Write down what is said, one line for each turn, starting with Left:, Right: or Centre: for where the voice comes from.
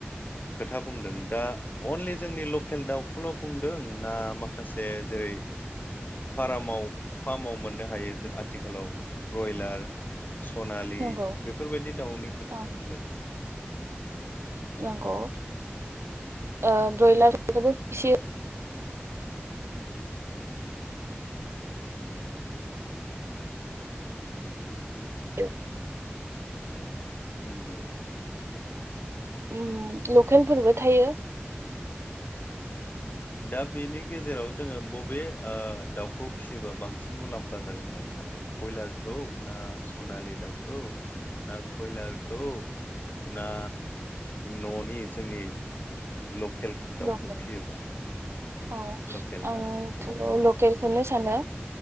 Left: खोथा बुंदों दा अनलि जोंनि लकेल दाव खौल' बुंदों ना माखासे जेरै फार्माव मोननो हायो आथिखालाव ब्रयलार सनालि
Right: नंगौ
Left: बेफोरबायदि दावनि खोथा
Right: औ
Left: बुंदों?
Right: नंगौ ओ ब्रयलारखौबो फिसियो <unintelligible>
Left: नंगौ।
Right: ओम लकेलफोरबो थायो।
Left: दा बेनि गेजेराव जोंङो बबे ओ दावखौ फिसियोबा बांसिन मुलाम्फा जागोन होननानै सानो बयलारखौ ना सनालि दावखौ ना कयलारखौ ना न'नि जोंनि ल खेल दावखौ
Right: लकेल
Left: फियोबा
Right: औ
Left: लकेल
Right: आं
Left: ना जोबोद
Right: थो
Left: मोजां
Right: लकेलखौनो सानो।